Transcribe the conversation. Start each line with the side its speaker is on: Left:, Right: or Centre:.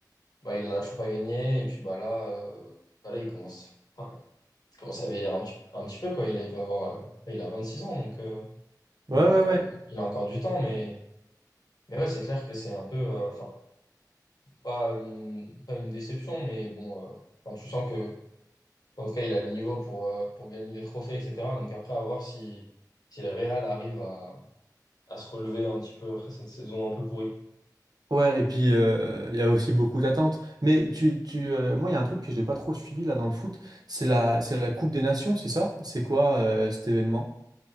Left: bah il en a toujours pas gagné et puis bah là, euh, bah, là, il commence, enfin, il commence à vieillir un petit, un petit peu, quoi, il va avoir, euh, il a 26 ans, donc. euh,
Right: Ouais,
Left: Il
Right: ouais,
Left: a encore,
Right: ouais.
Left: il a encore du temps, mais, mais ouais, c'est clair que c'est un peu, euh, enfin, pas une, pas une déception, mais bon, euh, enfin, tu sens que, en tout cas, il a le niveau pour, euh, pour gagner des trophées, etc. Donc après, à voir si, si le Real arrive à, à se relever un petit peu après cette saison un peu pourrie.
Right: Ouais, et puis, euh, il y a aussi beaucoup d'attentes. Mais tu, tu, euh, moi, il y a un truc que j'ai pas trop suivi là dans le foot, c'est la, c'est la Coupe des Nations, c'est ça? C'est quoi euh, cet événement?